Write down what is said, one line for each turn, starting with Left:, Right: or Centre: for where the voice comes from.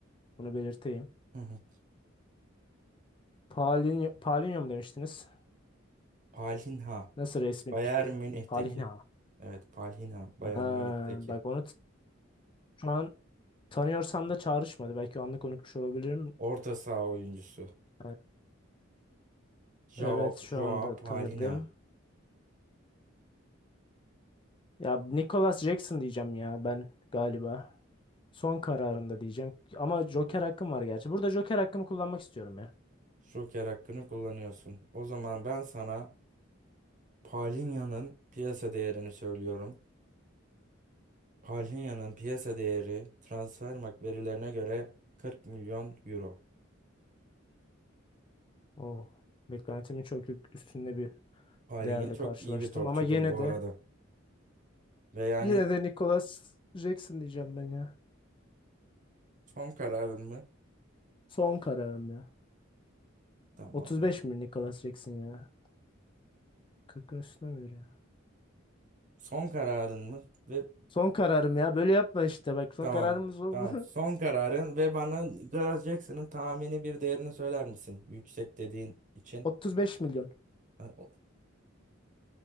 Left: Bunu belirteyim.
Right: Hı hı.
Left: Paulinho, Paulinho mu demiştiniz?
Right: Palhinha,
Left: Nasıl resmileştirdim?
Right: Bayern Münih'teki.
Left: Palinha.
Right: Evet, Palhinha, Bayern
Left: Ha,
Right: Münih'teki
Left: bak onu t- şu an tanıyorsam da çağrışmadı. Belki anlık unutmuş olabilirim.
Right: orta saha oyuncusu.
Left: Evet,
Right: Jao-
Left: evet şu
Right: Joao
Left: anda
Right: Palhinha.
Left: tanıdım. Ya Nicholas Jackson diyeceğim ya ben galiba. Son kararında diyeceğim. Ama Joker hakkım var gerçi. Burada Joker hakkımı kullanmak istiyorum ya.
Right: Joker hakkını kullanıyorsun. O zaman ben sana Palhinha'nın piyasa değerini söylüyorum. Palhinha'nın piyasa değeri Transfermarkt verilerine göre 40 milyon euro.
Left: Oh, beklentimin çok yük- üstünde bir
Right: Palhinha
Left: değerle
Right: çok
Left: karşılaştım.
Right: iyi bir topçudur
Left: Ama yine
Right: bu
Left: de
Right: arada. Ve yani
Left: yine de Nicholas Jackson diyeceğim ben ya.
Right: son kararın mı?
Left: Son kararım ya.
Right: Tamamdır.
Left: 35 mi Nicholas Jackson ya? 40'ın üstüne mi ya?
Right: Son kararın mı? Ve
Left: Son kararım ya. Böyle yapma işte bak. Son
Right: tamam.
Left: kararımız oldu.
Right: Tamam. Son kararın ve bana Nicolas Jackson'ın tahmini bir değerini söyler misin? Yüksek dediğin
Left: <laughs>
Right: için.
Left: 35 milyon.
Right: Ha, o-